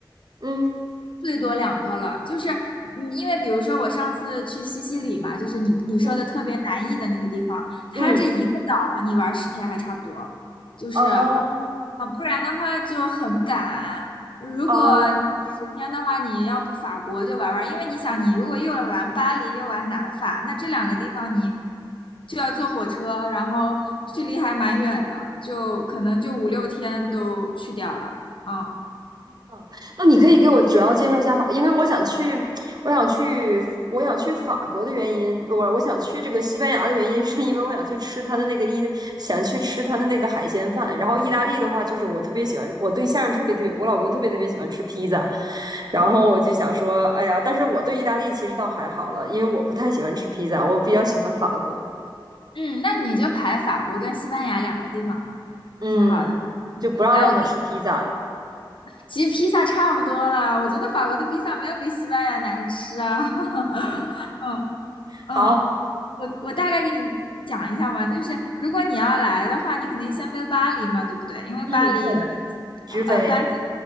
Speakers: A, on the right; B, on the left.
A: 嗯
B: 最多两个了，就是嗯，因为比如说我上次去西西里嘛，就是你你说的特别南意的那个地方，
A: 嗯
B: 它这一个岛你玩十天还差不多，
A: 嗯。
B: 就是啊，
A: 啊
B: 不然的话就很赶。如果你十天的话，
A: 哦
B: 你要不法国就玩玩，因为你想，你如果又玩巴黎又玩南法，那这两个地方你就要坐火车，然后距离还蛮远的，就可能就五六天都去掉了，嗯。
A: 哦，那你可以给我主要介绍一下法，因为我想去，我想去，我想去法国的原因，我我想去这个西班牙的原因，是因为我想去吃它的那个意大，想去吃它的那个海鲜饭。然后意大利的话，就是我特别喜欢，我对象特别特别，我老公特别特别喜欢吃披萨，然后我就想说，哎呀，但是我对意大利其实倒还好了，因为我不太喜欢吃披萨，我比较喜欢法国，
B: 嗯，那你就排法国跟西班牙两个地方嘛，
A: 嗯，
B: 挺好的。嗯来，
A: 就不让让他吃披萨了。
B: 我给你，其实披萨差不多了，我觉得法国的披萨没有比西班牙难吃啊。<laughs> 嗯
A: 好，
B: 嗯，我我大概给你讲一下吧，就是如果你要来的话，你肯定先飞巴黎嘛，对不对？因为巴黎的
A: 嗯，对，直飞。
B: 呃班次，